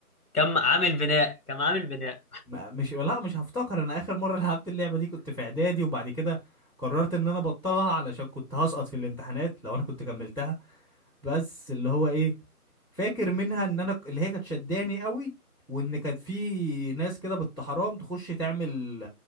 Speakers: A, on the left (about 70°); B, on the left (about 15°).
A: كم عامل بناء كم عامل بناء
B: ما- مش لا مش هفتكر أنا آخر مرة لعبت اللعبة دي كنت في إعدادي وبعد كده قررت إن أنا أبطلها علشان كنت هسقط في الامتحانات لو أنا كنت كملتها بس اللي هو إيه فاكر منها ان انا ك- اللي هي كانت شداني قوي وان كان في ناس كده بالت- حرام تخش تعمل